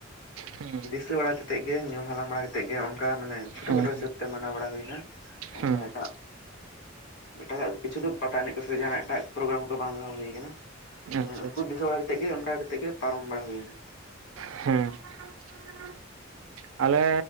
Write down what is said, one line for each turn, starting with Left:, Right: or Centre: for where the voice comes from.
Right: ᱦᱮᱸ
Left: ᱫᱤᱥᱟᱹ ᱵᱟᱲᱟ ᱠᱟᱛᱮᱫ ᱜᱮ ᱧᱩᱢ ᱦᱟᱞᱟᱝᱼᱼ ᱵᱟᱲᱟ ᱠᱟᱛᱮ ᱜᱮ ᱚᱱᱠᱟ ᱢᱟᱱᱮ ᱪᱷᱳᱴᱳ
Right: ᱦᱮᱸ
Left: ᱠᱷᱟᱴᱳ ᱦᱤᱥᱟᱹᱵ
Right: ᱦᱮᱸ
Left: ᱛᱮ ᱢᱟᱱᱟᱣ ᱵᱟᱲᱟ ᱦᱩᱭᱱᱟ ᱚᱱᱠᱟ
Right: ᱦᱮᱸ
Left: ᱮᱴᱟᱜᱼᱼ ᱮᱴᱟᱜᱟᱜ ᱠᱤᱪᱷᱩ ᱫᱚ ᱯᱟᱛᱟ ᱮᱱᱮᱡ ᱠᱚ ᱥᱮ ᱡᱟᱦᱱᱟᱜ ᱮᱴᱟᱜ ᱯᱨᱳᱜᱨᱟᱢ ᱠᱚᱫᱚ ᱵᱟᱝ ᱫᱚᱦᱚ ᱦᱩᱭᱩ ᱠᱟᱱᱟ᱾ ᱦᱮᱸ
Right: ᱟᱪᱪᱷᱟ
Left: ᱩᱱᱠᱩ
Right: ᱟᱪᱪᱷᱟ
Left: ᱫᱤᱥᱟᱹ ᱵᱟᱲᱟ ᱠᱟᱛᱮᱫ ᱜᱮ ᱚᱱᱠᱟ ᱠᱟᱛᱮ ᱜᱮ ᱯᱟᱨᱚᱢ ᱵᱟᱲᱟ ᱦᱩᱭᱱᱟ᱾
Right: ᱦᱮᱸ <inaudible> ᱟᱞᱮ